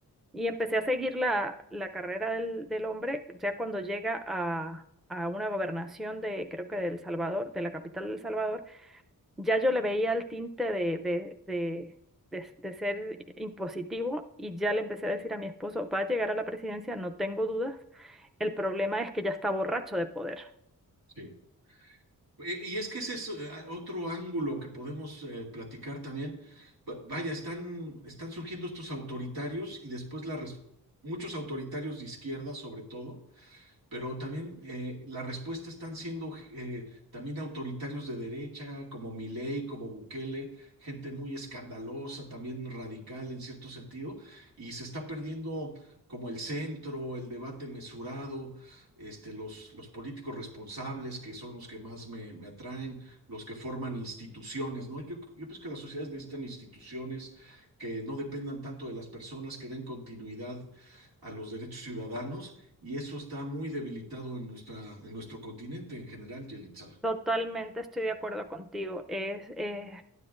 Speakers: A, in the centre; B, on the right.
A: Y empecé a seguir la, la carrera del, del hombre ya cuando llega a, a una gobernación de, creo que de El Salvador, de la capital de El Salvador, ya yo le veía el tinte de, de, de, de, de ser impositivo y ya le empecé a decir a mi esposo, va a llegar a la presidencia, no tengo dudas, el problema es que ya está borracho de poder.
B: sí. E- Y es que ese es eh, otro ángulo que podemos eh, platicar también. Va- Vaya, están, están surgiendo estos autoritarios y después la res- muchos autoritarios de izquierda, sobre todo, pero también eh, la respuesta están siendo eh, también autoritarios de derecha, como Milei, como Bukele, gente muy escandalosa, también radical en cierto sentido, y se está perdiendo como el centro, el debate mesurado, este, los, los políticos responsables, que son los que más me, me atraen, los que forman instituciones, ¿no? Yo, yo pienso que las sociedades necesitan instituciones que no dependan tanto de las personas, que den continuidad a los derechos ciudadanos y eso está muy debilitado en, nuestra, en nuestro continente en general, Yelitza.
A: Totalmente estoy de acuerdo contigo. Es, es